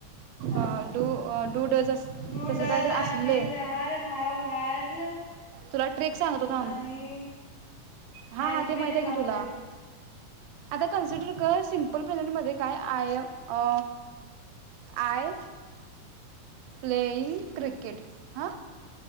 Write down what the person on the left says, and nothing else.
हा
do
does
आम्ही
जार हॅव <unintelligible>
आणि
हॅज
बिन
हॅव
बिन
हम्म